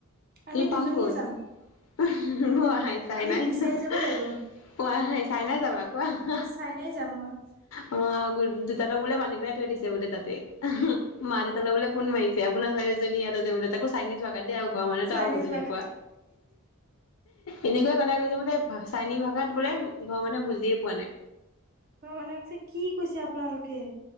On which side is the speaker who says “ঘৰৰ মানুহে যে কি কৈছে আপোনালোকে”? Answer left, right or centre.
Right